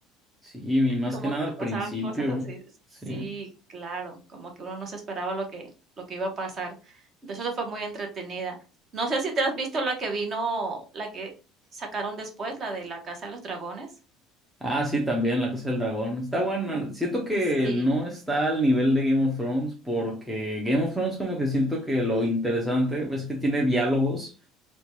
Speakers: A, in the centre; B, on the right.
A: sí, y más
B: Como
A: que nada al
B: que pasaban
A: principio.
B: cosas así.
A: Sí.
B: Sí, claro, como que uno no se esperaba lo que lo que iba a pasar. Entonces, eso fue muy entretenida. No sé si te has visto la que vino la que sacaron después, la de La Casa de los Dragones.
A: Ah, sí, también La Casa del Dragón. Está buena. Siento que
B: Sí.
A: no está al nivel de Game of Thrones porque Game of Thrones como que siento que lo interesante es que tiene diálogos